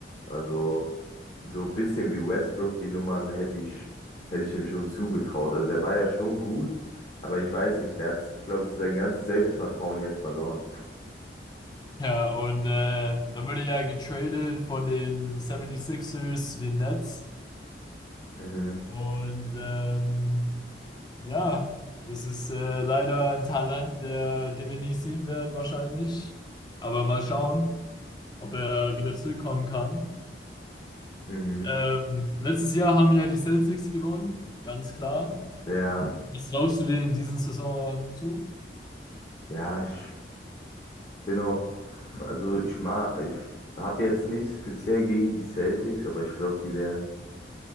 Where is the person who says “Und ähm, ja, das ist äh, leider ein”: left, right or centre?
Left